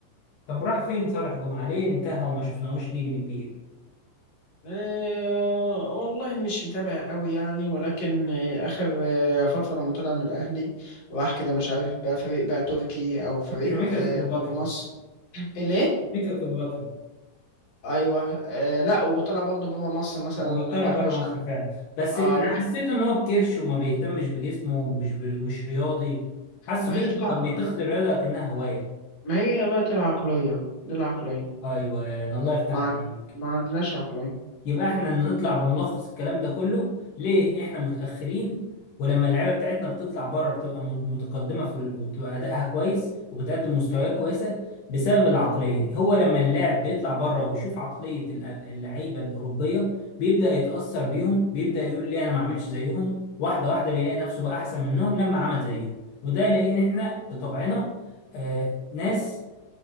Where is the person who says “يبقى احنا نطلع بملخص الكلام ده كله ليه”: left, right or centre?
Left